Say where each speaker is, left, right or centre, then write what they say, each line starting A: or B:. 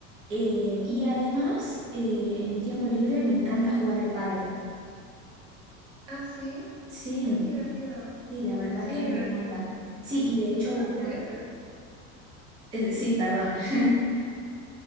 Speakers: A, on the right; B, on the right.
A: eh, y además eh, en mi tiempo libre me encanta jugar al pádel.
B: Ah, sí.
A: Sí,
B: Ay, qué divertido.
A: Sí, la verdad
B: Suena
A: que
B: divertido.
A: me encanta. Sí, y de hecho
B: Nunca
A: voy
B: jugué,
A: tam-
B: pero...
A: eh, sí, perdón. <laughs>